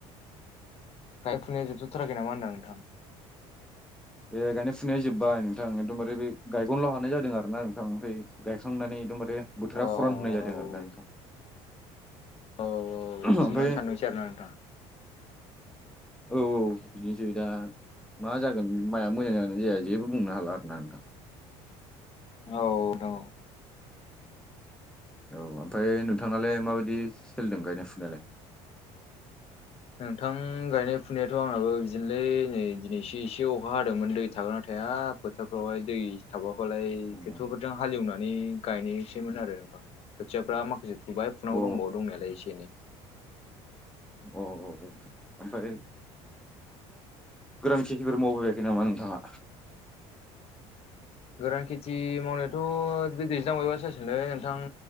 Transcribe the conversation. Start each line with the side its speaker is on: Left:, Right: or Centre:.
Left: गायनाय फुनायफोरा जोबथ' थाराखै नामा होनदां नोंथां।
Centre: ए गायनाय फुनाया जोब्बाय नोंथां एखदमबारे बे गायगल' हानाय जादों आरो ना नोंथां ओमफ्राय गायखांनानै एकदमबारे बोथोरा
Left: अ औ
Centre: खरान होनाय जादों आरो दा नोंथां।
Left: औ औ
Centre: ओमफ्राय
Left: <unintelligible>
Centre: औ औ बिदिनोसै दा मा जागोन माइआ मोजां जागोन जाया जेबो बुंनो हाला आरोना नोंथां।
Left: औ न।
Centre: औ ओमफ्राय नोंथाङालाय माबायदि सोलिदों गायनाय फुनायालाय?
Left: नोंथां गायनाय फुनायाथ' आंनाबो बिदिनोलै नै दिनैसो एसे अखा हादोंमोन दै थागोनना थाया। बोथोरफ्रावहाय दै थाबाखौलाय
Centre: अ
Left: ट्रेक्टरफोरजों हालेवनानै गायनोसैमोन आरो नोंथां खोथियाफ्रा माखासे फुबाय फुनांगौ
Centre: अ
Left: दंबावो दंनायालाय एसे एनै।
Centre: अ अ अ ओमफ्राय गोरान खेथिफोर मावबायबायाखै नामा नोंथाङा?
Left: गोरान खेथि मावनायाथ' बे दैज्लां बायबासो जासिगनोलै नोंथां।